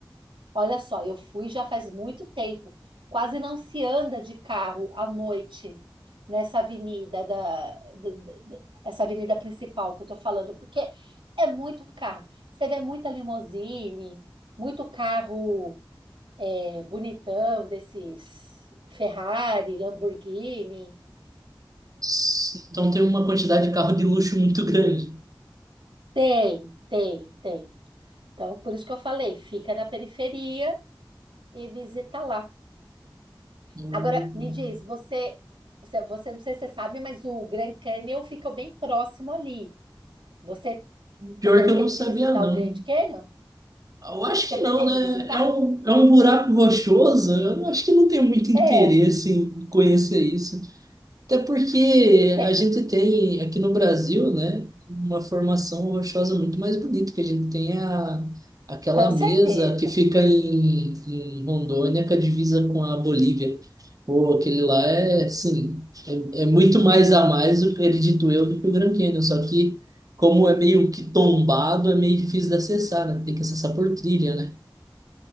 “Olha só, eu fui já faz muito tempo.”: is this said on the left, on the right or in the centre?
Right